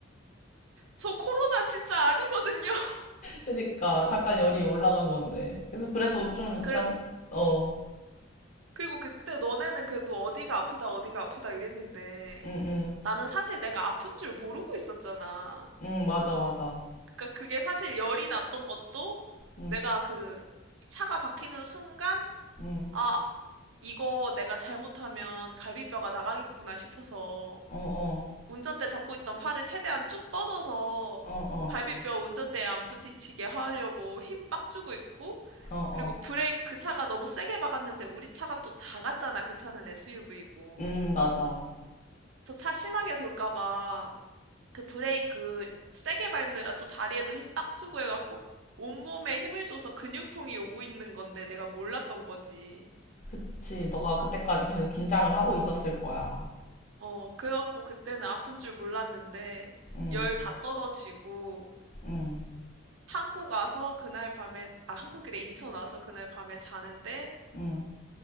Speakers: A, on the right; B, on the left.
A: 저 코로나 진짜 아니거든요. <laughs>
B: 그니까 잠깐 열이 올라간 건데. 그래서 그래도 좀 일단
A: 그리고
B: 어,
A: 그리고 그때 너네는 그래도 어디가 아프다 어디가 아프다 이랬는데
B: 응, 응,
A: 나는 사실 내가 아픈 줄 모르고 있었잖아.
B: 응, 맞아, 맞아,
A: 그러니까 그게 사실 열이 났던 것도
B: 응,
A: 내가 그 차가 박히는 순간,
B: 응,
A: 아, 이거 내가 잘못하면 갈비뼈가 나가겠구나 싶어서
B: 어, 어,
A: 운전대 잡고 있던 팔을 최대한 쭉 뻗어서
B: 어, 어,
A: 갈비뼈 운전대에 안 부딪히게 하려고 힘 빡 주고 있고,
B: 어, 어,
A: 그리고 브레이크, 그 차가 너무 세게 박았는데 우리 차가 또 작았잖아. 그 차는 SUV고.
B: 응, 맞아.
A: 저 차 심하게 돌까 봐. 그 브레이크 세게 밟느라 또 다리에도 힘 빡 주고 해갖고 온몸에 힘을 줘서 근육통이 오고 있는 건데 내가 몰랐던 거지.
B: 그치, 너가 그때까지 계속 긴장을 하고 있었을 거야.
A: 어, 그래갖고 그때는 아픈 줄 몰랐는데
B: 응,
A: 열 다 떨어지고
B: 응,
A: 한국 와서 그날 밤에, 아, 한국이래 인천 와서 그날 밤에 자는데
B: 응.